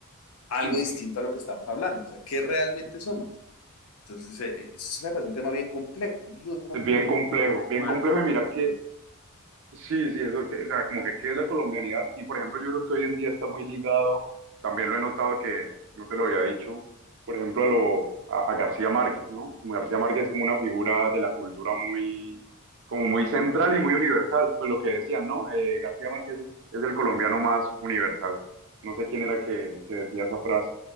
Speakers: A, on the left; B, on the right.
A: algo
B: <laughs>
A: distinto a lo que estamos hablando, o sea, ¿qué realmente somos? Entonces, eh, eh, eso se me parece un tema bien complejo, bien complejo.
B: Es bien complejo, bien
A: ¿Cuál
B: complejo.
A: es la
B: Y
A: economía?
B: mira que Sí, sí, eso, que- o sea, como que qué es la colombianidad. Y por ejemplo, yo creo que hoy en día está muy ligado, también lo he notado que no te lo había dicho, por ejemplo, a lo a, a García Márquez, ¿no? Como García Márquez es como una figura de la cultura muy, como muy central y muy universal. Pues lo que decían, ¿no? Eh, García Márquez es, es el colombiano más universal. No sé quién era que, que decía esa frase.